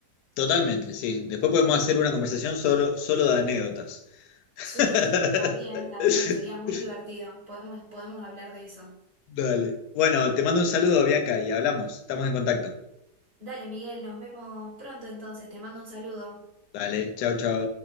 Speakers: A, on the left; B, on the right.
A: Totalmente, sí. Después podemos hacer una conversación solo, solo de anécdotas. <laughs>
B: Sí, también, también, sería muy divertido, podemos, podemos hablar de eso.
A: Dale. Bueno, te mando un saludo, Bianca, y hablamos. Estamos en contacto.
B: Dale, Miguel, nos vemos pronto entonces, te mando un saludo.
A: Dale, chao, chao.